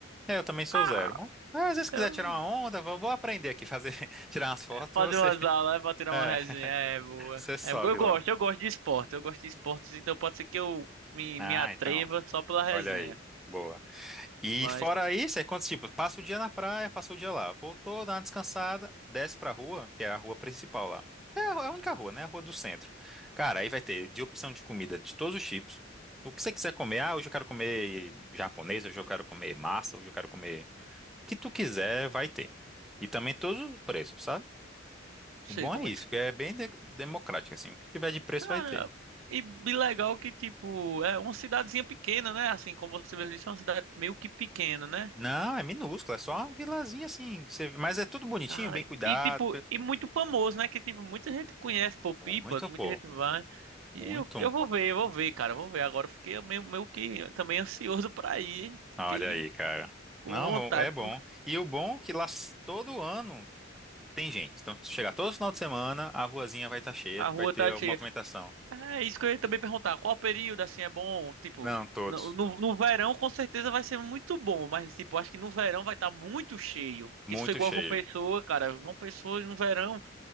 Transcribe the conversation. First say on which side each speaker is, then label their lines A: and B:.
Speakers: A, in the centre; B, on the right (about 80°).
A: É, eu também sou
B: Ah,
A: zero. Mas, ah, às vezes se
B: eu
A: quiser tirar uma onda, vou, vou aprender aqui fazer, <laughs> tirar umas fotos,
B: fazer
A: você,
B: umas aulas
A: <laughs>
B: é pra tirar
A: é,
B: uma resenha é boa.
A: você sobe
B: É, eu gosto,
A: lá.
B: eu gosto de esportes, eu gosto de esportes, então pode ser que eu me,
A: Ah,
B: me atreva
A: então,
B: só pela resenha.
A: olha aí. Boa. E
B: Mas
A: fora
B: não
A: isso, é quantos tipos? Passa o dia na praia, passa o dia lá. Voltou, dá uma descansada, desce pra rua, que é a rua principal lá. É a é a única rua, né? A rua do centro. Cara, aí vai ter de opção de comida de todos os tipos. O que você quiser comer, ah, hoje eu quero comer japonês, hoje eu quero comer massa, hoje eu quero comer. O que tu quiser, vai ter. E também todos os preços, sabe?
B: sei
A: O bom
B: como
A: é isso,
B: é.
A: que é bem de- democrático, assim. O que tiver de preço
B: Cara,
A: vai ter.
B: e, e legal que, tipo, é uma cidadezinha pequena, né? Assim, como você mesmo disse, é uma cidade meio que pequena, né?
A: Não, é minúsculo, é só uma vilazinha assim. que você- Mas é tudo bonitinho,
B: Cara,
A: bem cuidado.
B: e tipo,
A: pe-
B: e muito famoso, né? Que tipo, muita gente conhece por Pipa,
A: Muito,
B: muita
A: pô.
B: gente vai.
A: Muito.
B: E eu, eu vou ver, eu vou ver, cara, eu vou ver. Agora eu fiquei meio, meio que também ansioso pra ir. hein? Fiquei
A: Olha aí, cara.
B: com
A: Não,
B: vontade,
A: bom, é bom.
B: pô.
A: E o bom é que lá s- todo ano tem gente. Então, se chegar todo final de semana, a ruazinha vai estar cheia,
B: A rua
A: vai ter
B: tá
A: alguma
B: cheia.
A: movimentação.
B: Ah, isso que eu ia também perguntar. Qual período, assim, é bom? Tipo,
A: Não, todos.
B: no, no, no verão com certeza vai ser muito bom, mas tipo, acho que no verão vai estar muito cheio.
A: Muito
B: Que isso foi igual
A: cheio.
B: com Pessoa, cara. Com Pessoa no verão